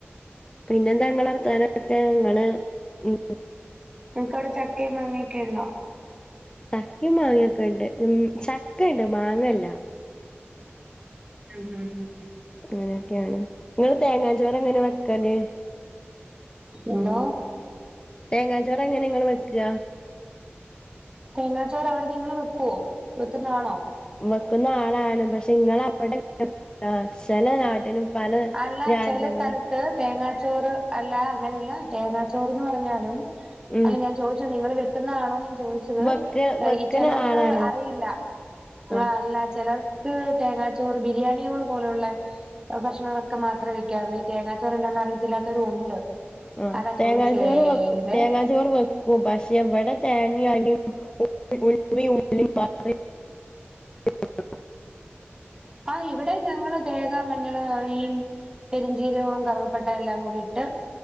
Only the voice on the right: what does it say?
നിങ്ങക്ക് അവടെ ചക്കയും മാങ്ങക്കെണ്ടോ
ഉം ഉം ഹും
എന്തോ
തേങ്ങാച്ചോർ അവിടെ നിങ്ങള് വെക്കുവോ വെക്കുന്നാണോ
അല്ല
ചെല സ്ഥലത്ത് തേങ്ങാ ചോറ് അല്ല അങ്ങനെയല്ല തേങ്ങാ ചോറ്ന്ന് പറഞ്ഞാലും
അല്ല ഞാൻ ചോയ്ച്ച് നിങ്ങള് വെ ക്കുന്നാണോന്ന് ഞാൻ ചോദിച്ചത്
ചെലർക്ക്
അറിയില്ല
ആ അല്ല ചെലർക്ക് തേങ്ങാച്ചോറ് ബിരിയാണ്യോള് പോലുള്ള ഭക്ഷണങ്ങളൊക്കെ മാത്രേ വെക്കാറുള്ളൂ ഇ തേങ്ങാ ചൊറെന്താന്നറിയത്തില്ലാത്തൊരും ഉണ്ട്
അതാ
ചോദിച്ചേതെ
ആ ഇവിടെ ഞങ്ങള് തേങ്ങ മഞ്ഞൾ അരിം പെരുഞ്ചീരവുംവും കറവപ്പട്ട എല്ലാം കൂടി ഇട്ട്